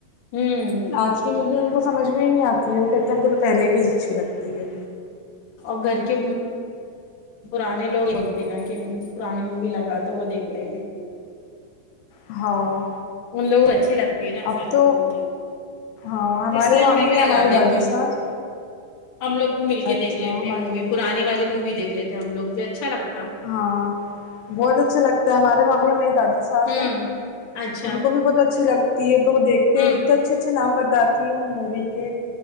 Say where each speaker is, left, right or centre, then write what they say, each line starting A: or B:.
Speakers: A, on the left; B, on the left.
A: ہوں
B: آج کی مووی ان کو سمجھ میں ہی نہیں آتی ہے وہ کہتے ہم کو تو پہلے کی اچھی لگتی ہے
A: اور گھر کے پرانے لوگ بولتے ہیں نا کہ پرانی مووی لگا دو وہ دیکھ لیں گے
B: ہاں
A: ان لوگوں کو اچھے لگتے ہیں نا
B: اب
A: سر وہ
B: تو
A: وہ بھی
B: ہاں ہمارے
A: تو اس لیے
B: وہاں
A: ہمے بھی لگا
B: ہے ہماری
A: دیتی
B: دادی
A: ہوں
B: ساس
A: ہم لوگ بھی مل کے
B: اچھا
A: دیکھ لیتے
B: ہمار
A: ہیں مووی پرانی والی مووی دیکھ لیتے ہیں ہم لوگ بھی اچھا لگتا ہے
B: ہاں بہت اچھا لگتا ہے ہمارے وہاں بھی ہماری دادی
A: ہوں
B: سے
A: اچھا
B: ان کو بھی بہت اچھی لگتی ہے تو وہ دیکھتے
A: ہوں
B: ہیں اتنے اچھے اچھے نام بتاتے وہ مووی کے